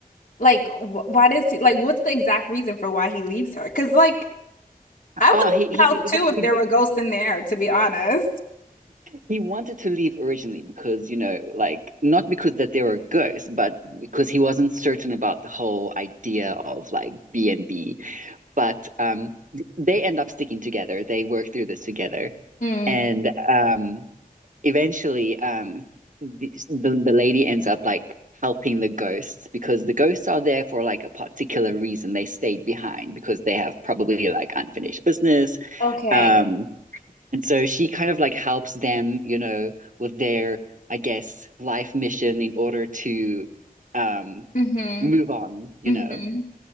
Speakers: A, on the left (about 60°); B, on the right (about 55°).
A: like wh why does he like what's the exact reason for why he leaves her? Because like I would
B: oh,
A: leave
B: he he
A: the house too
B: he
A: if
B: he
A: there were ghosts in there, to be honest.
B: he wanted to leave originally because, you know, like not because that they were ghosts, but because he wasn't certain about the whole idea of like B and B. But um, they end up sticking together. They work through this together,
A: Mm.
B: and um eventually, um, the, the the lady ends up like helping the ghosts because the ghosts are there for like a particular reason. They stayed behind because they have probably like unfinished business.
A: Okay.
B: Um, and so she kind of like helps them, you know, with their, I guess, life mission in order to um
A: Mm-hmm.
B: move on, you
A: Mm-hmm.
B: know.